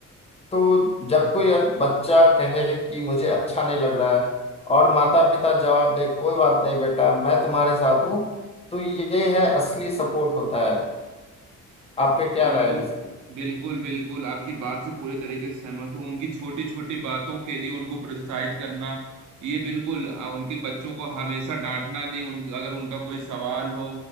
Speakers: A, on the left; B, on the right.
A: तो जब कोई बच्चा कहे कि मुझे अच्छा नहीं लग रहा है और माता पिता जवाब दे कोई बात नहीं बेटा मैं तुम्हारे साथ हूँ तो ये है असली सपोर्ट होता है आपके क्या
B: बिल्कुल
A: राय है
B: बिल्कुल बिल्कुल आपकी बात से पूरी तरीके से सहमत हूँ उनकी छोटी छोटी बातों के लिए उनको प्रोत्साहित करना ये बिल्कुल अ, उनके बच्चों को हमेशा डांटना नहीं उन अगर उनका कोई सवाल हो